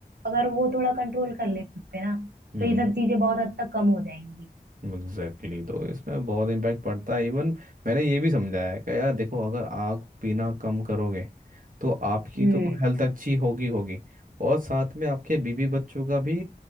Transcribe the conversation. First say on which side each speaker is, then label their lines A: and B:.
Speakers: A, on the right; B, on the right.
A: अगर वो थोड़ा कंट्रोल कर ले खुद पे ना
B: हम्म
A: तो ये सब चीजें बहुत हद तक कम हो जाएंगी
B: Exactly exactly. तो इसमें बहुत इम्पैक्ट पड़ता है इवन मैंने ये भी समझाया है कि यार देखो अगर आप पीना कम करोगे तो आपकी
A: हम्म
B: तो हेल्थ अच्छी होगी होगी और साथ में आपके बीवी बच्चों का भी